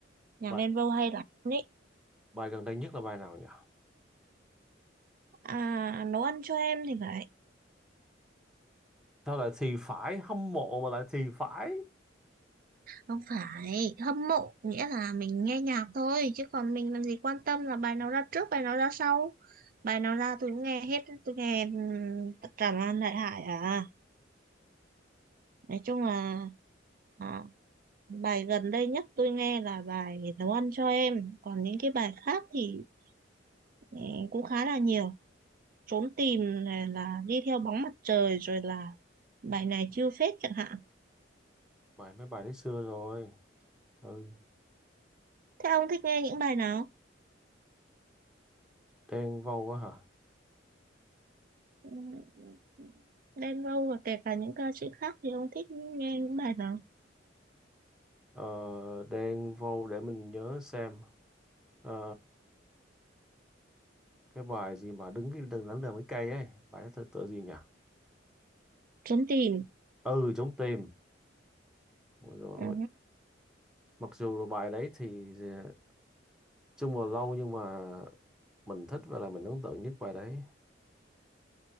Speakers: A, on the right; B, in the centre.
A: nhạc
B: bài
A: Đen Vâu hay lắm ý.
B: bài gần đây nhất là bài nào nhỉ?
A: À, nấu ăn cho em thì phải.
B: Sao lại thì phải hâm mộ mà lại thì phải?
A: Không phải, hâm mộ nghĩa là mình nghe nhạc thôi, chứ còn mình làm gì quan tâm là bài nào ra trước, bài nào ra sau. Bài nào ra tôi cũng nghe hết, tôi nghe ừm, tất cả là đại hải à. Nói chung là à, bài gần đây nhất tôi nghe là bài nấu ăn cho em còn những cái bài khác thì ừ, cũng khá là nhiều trốn tìm này là đi theo bóng mặt trời rồi là bài này chiêu phết chẳng hạn
B: Bài mấy bài đấy xưa rồi. Ừ,
A: thế ông thích nghe những bài nào
B: đen vô quá hả?
A: Ừ, Đen Vâu và kể cả những ca sĩ khác thì ông thích nghe những bài nào
B: Ờ, đen vô để mình nhớ xem. Ờ, cái bài gì mà đứng cái đừng lắng đờ mấy cây ấy. Bài đó tựa tựa gì nhỉ?
A: trốn tìm
B: Ừ, chống tìm. Ôi dồi
A: ừ.
B: ôi. mặc dù là bài đấy thì ờ, chung là lâu nhưng mà mình thích và là mình ấn tượng nhất bài đấy.